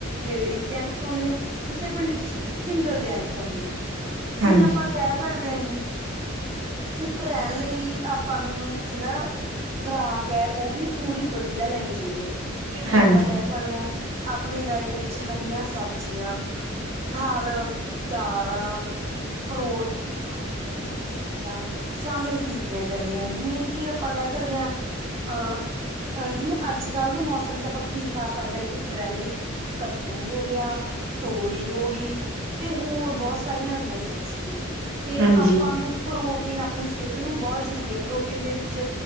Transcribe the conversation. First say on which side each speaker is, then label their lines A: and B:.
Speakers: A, on the right; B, on the right.
A: ਲੇਡੀਜ਼ ਜੈਂਟਸ ਆਉਂਦੇ ਨੇ, ਕਿਸੇ ਪਿੰਡ ਚ ਸਿੰਗਲ ਜੈਂਟਸ ਆਉਂਦੇ ਨੇ।
B: ਹਾਂਜੀ,
A: ਜਿਵੇਂ ਆਪਾਂ ਕੈ ਸਕਦੇ ਆ ਜੀ। ਫਿੱਟ ਰੈਣ ਲਈ ਆਪਾਂ ਨੂੰ ਜੇੜਾ ਖੁਰਾਕ ਐ, ਓ ਵੀ ਪੂਰੀ ਵਧੀਆ ਲੈਣੀ ਚਾਈਦੀ ਐ, ਜਿਵੇਂ
B: ਹਾਂਜੀ,
A: ਆਪਾਂ ਕੈ ਸਕਣੇ ਆਂ ਆਪਣੀ ਡਾਇਟ ਵਿੱਚ ਹਰੀਆਂ ਸਬਜ਼ੀਆਂ ਫਲ, ਦਾਲਾਂ, ਪ੍ਰੋਟੀਨ ਭਰਪੂਰ ਚੀਜ਼ਾਂ ਸ਼ਾਮਿਲ ਕੀਤੀਆਂ ਜਾਂਦੀਆਂ ਨੇ ਜਿਵੇਂ ਕਿ ਆਪਾਂ ਕੈ ਸਕਦੇ ਆਂ। ਆਂ ਅਹ ਜਿਵੇਂ ਅੱਜ-ਕਲ ਦੇ ਮੌਸਮ ਚ ਆਪਾਂ ਕੀ ਖਾ ਸਕਦੇ ਆਂ ਫਿੱਟ ਰੈਣ ਲਈ। ਕੱਦੂ ਹੋ ਗਿਆ ਤੋਰੀ ਹੋ ਗੀ ਤੇ ਹੋਰ ਬੋਤ ਸਾਰੀਆਂ ਹਰੀਆਂ ਸਬਜ਼ੀਆਂ ਨੇ। ਤੇ
B: ਹਾਂਜੀ,
A: ਆਪਾਂ ਨੂੰ ਪ੍ਰੋਟੀਨ ਆਪਣੀ ਸਿਹਤ ਨੂੰ ਬੋਤ ਜ਼ਰੂਰੀ ਆ। ਪ੍ਰੋਟੀਨ ਦੇ ਵਿੱਚ